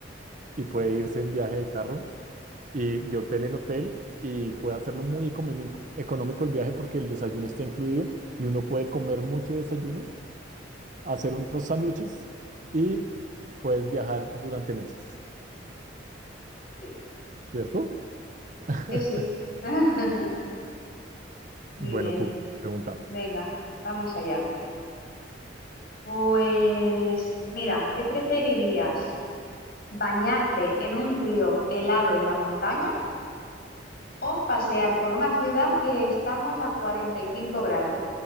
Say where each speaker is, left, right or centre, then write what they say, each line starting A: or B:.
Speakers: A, on the right (about 45°); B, on the left (about 55°).
A: y puede irse en viaje de carro y de hotel en hotel y puede hacerlo muy economi- económico el viaje porque el desayuno está incluido y uno puede comer mucho desayuno hacer unos sándwiches y puedes viajar durante meses,
B: Sí,
A: ¿cierto? <laughs>
B: sí. sí. <laughs> Muy
A: Bueno,
B: bien,
A: tú, pregunta.
B: venga, vamos allá. Pues mira, ¿qué preferirías? ¿Bañarte en un río helado en la montaña o pasear por una ciudad que estamos a 45 grados?